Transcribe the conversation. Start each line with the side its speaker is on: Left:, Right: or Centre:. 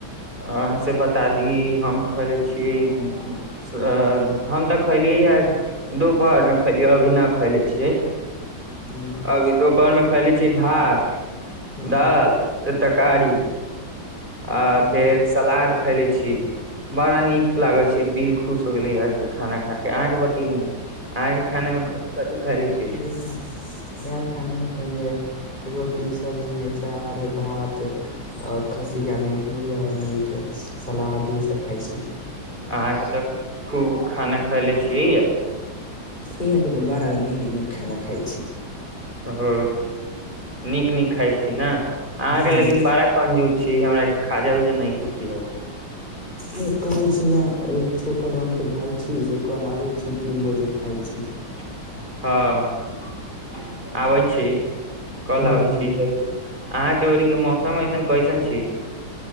Right: अहाँसँ बता दी हम खलै छिय अ हम तऽ खैलियै ह दुपहरमे खलियै अभी न खायले छियै।
Left: हुँ
Right: अभी दोपहर मे खैले छीय भात
Left: हुँ
Right: दाल तकारी आ
Left: हुँ
Right: फेर सलाद खैले छी। बड़ा नीक लागे छै दिल खुश हो गेले आज के खाना खा के। अहाँके बताईए न? अहाँके खाने मे कथी कथी खैली छी?
Left: ठ <unintelligible> यहा खाना मे खैनीये रोटीसब्जी, अचार भात और खसीया मीट मुर्गा मीट सलाद इ सब खाई छी।
Right: अहाँके तऽ खूब खाना खएले छियै या।
Left: इहाँके तऽ बड़ा नीक नीक खाना खाइ छी।
Right: ओ नीक नीक खाइ छी ने अहाँके
Left: हुँ
Right: लेकिन बारह पंजूस छीिय हमरा के खाजा उऊजा नहि कोइ खियावे
Left: आय कहै छी ने छोटा डोन के भाय छी से कल आबै छी तीन बजे खााय छी।
Right: <unintelligible> हँ आबै छी कल
Left: हूं
Right: आबै छी जरूर <unintelligible> अहाँ के ओड़ी के मौसम ऐसन कैसन छियै?